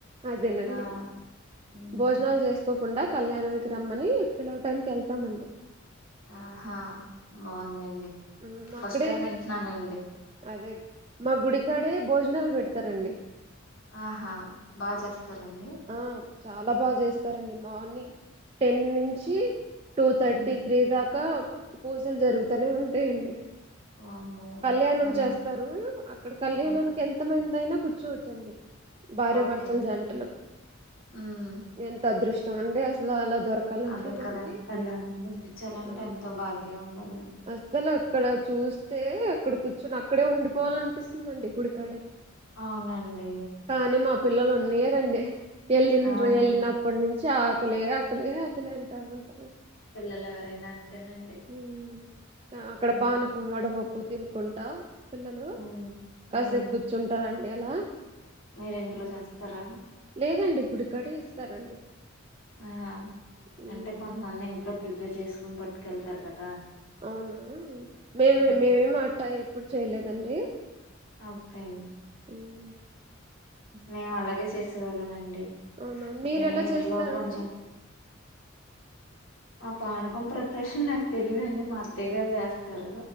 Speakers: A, on the right; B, on the left.
A: అదేనండి
B: ఆ మ్మ్
A: భోజనాలు చేసు కోకుండా కళ్యాణానికి రమ్మని పిలవటానికి ఎళ్తామండి
B: ఆహా బాగుందండి
A: ఉమ్,
B: ఫస్ట్
A: అక్కడే
B: టైం ఇంటున్నానండి
A: అదే మా గుడికాడే భోజనాలు పెడతారండి
B: ఆహా బాగా చేస్తరండి
A: ఆ చాలా బాగా చేస్తారండి మార్నింగ్ టెన్ నుంచి టూ థర్టీ
B: మ్మ్
A: త్రీ దాకా పూజలు జరుగుతనే ఉంటాయండి
B: వామ్మో
A: కళ్యాణం
B: మ్మ్
A: చేస్తరు అక్కడ కళ్యాణానికి
B: ఓకే
A: ఎంత మంది అయినా కూర్చోవచ్చండి భార్యభర్తలు
B: ఓకే
A: జంటలు
B: మ్మ్
A: ఎంత అదృష్టం అండి అసలు అలా దొరకాలంటే
B: అదే
A: మనకి
B: కదండి కళ్యాణం పిచ్చాలంటే
A: అ
B: ఎంతో భాగ్యం ఉండాలని
A: అసల క్కడ చూస్తే అక్కడ కూర్చుని అక్కడే ఉండిపోవాల అనిపిస్తుందండి గుడికాడే
B: అవునండి
A: కానీ మా పిల్లలు ఉన్నియరండి ఎల్లిండ్రు
B: అవును
A: ఎళ్ళినప్పటి నుంచి చి చాకలే ఆకలి ఆకలి అంటరు
B: పిల్లలు ఎవరైనా అంతేనండి
A: ఉమ్ అక్కడ
B: మ్మ్
A: పానకం వడపప్పు తినుకుంటా పిల్లలు
B: మ్మ్
A: కాసేపు
B: మ్మ్
A: కూర్చుంటార ండి అలా
B: మీరు ఇంట్లో చేస్తారా
A: లేదండి గుడికాడే ఇస్తారండి
B: ఆ
A: ఉమ్
B: అంటే కొంతమంది ఇంట్లో ప్రిపేర్ చేసుకుని పట్టుకెళ్తారు కదా
A: అవునా మేము
B: మ్మ్
A: మేమేమి అట్టగా ఎప్పుడు చేయలేదండి
B: ఓకే
A: ఉమ్
B: మేము అలాగే చేసేవాళ్ళమండి
A: అవునా మీరు
B: మేమే
A: ఎలా
B: ఇంట్లో
A: చేస్తారండి
B: కొంచెం ఆ పానకం ప్రిపరేషన్ నాకు తెలీదండి మా అత్తయ్య గారు చేస్తారు